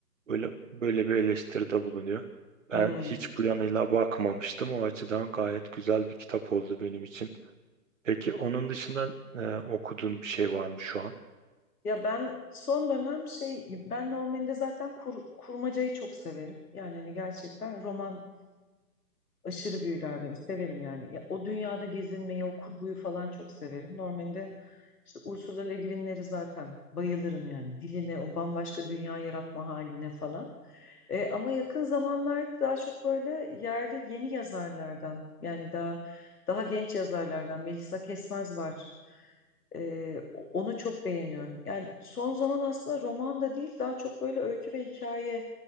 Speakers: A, on the right; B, on the left.
A: Böyle böyle bir eleştiride bulunuyor.
B: hmm.
A: Ben hiç bu yanıyla bakmamıştım. O açıdan gayet güzel bir kitap oldu benim için. Peki onun dışında e, okuduğun bir şey var mı şu an?
B: Ya ben son dönem şey ben normalde zaten kur- kurmacayı çok severim. Yani hani gerçekten roman Aşırı büyüler beni. Severim yani. Ya, o dünyada gezinmeyi, o kurguyu falan çok severim. Normalde işte Ursula Le Guin'leri zaten bayılırım yani. Diline, o bambaşka dünya yaratma haline falan. E, ama yakın zamanlarda daha çok böyle yerli yeni yazarlardan yani daha daha genç yazarlardan Melisa Kesmez var. E, o- onu çok beğeniyorum. Yani son zaman aslında roman da değil daha çok böyle öykü ve hikaye